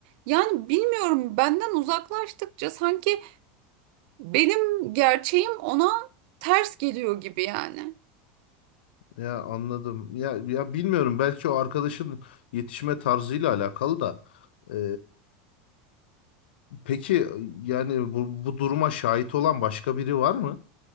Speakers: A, on the right; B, on the left.
A: yani bilmiyorum benden uzaklaştıkça sanki benim gerçeğim ona ters geliyor gibi yani.
B: Ya anladım. Ya ya bilmiyorum belki o arkadaşın yetişme tarzıyla alakalı da. e, Peki yani bu, bu duruma şahit olan başka biri var mı?